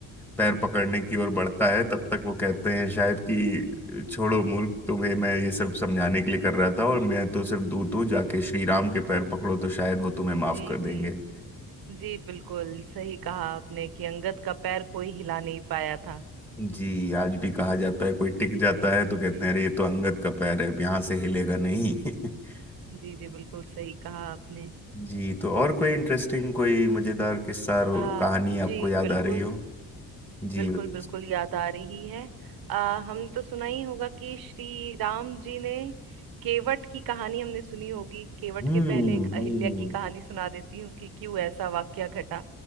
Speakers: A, in the centre; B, on the right (about 65°).
A: पैर पकड़ने की ओर बढ़ता है तब तक वो कहते हैं शायद कि छोड़ो मूर्ख तुम्हें मैं ये सब समझाने के लिए कर रहा था और मैं तो सिर्फ दूत हूँ जाके श्री राम के पैर पकड़ो तो शायद वो तुम्हें
B: जी
A: माफ कर
B: जी
A: देंगे
B: जी बिल्कुल सही कहा आपने कि अंगद का पैर कोई हिला नहीं पाया था
A: जी आज भी कहा जाता है कोई टिक जाता है तो कहते
B: जी
A: हैं अरे ये तो अंगद का पैर है अब यहाँ से हिलेगा नहीं <laughs>
B: जी जी बिल्कुल सही कहा आपने
A: जी तो और कोई इंटरेस्टिंग कोई मजेदार किस्सा रो-
B: आ,
A: कहानी
B: जी
A: आपको याद
B: बिल्कुल
A: आ रही हो जी
B: बिल्कुल
A: हम्म
B: बिल्कुल याद आ रही है आ, हमने तो सुना ही होगा कि श्री राम जी ने केवट की कहानी हमने सुनी होगी केवट
A: हम्म
B: के पहले एक अहिल्या की कहानी सुना देती हूँ कि क्यों ऐसा वाकया घटा